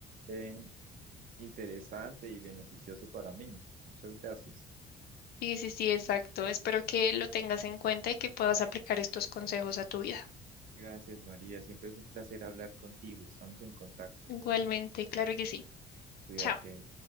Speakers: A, on the right (about 55°); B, on the left (about 65°).
A: eh, interesante y beneficioso para mí. Muchas gracias.
B: Sí, sí, sí, exacto. Espero que lo tengas en cuenta y que puedas aplicar estos consejos a tu vida.
A: Gracias, María. Siempre es un placer hablar contigo. Estamos en contacto.
B: Igualmente, claro que sí.
A: Cuídate.
B: Chao.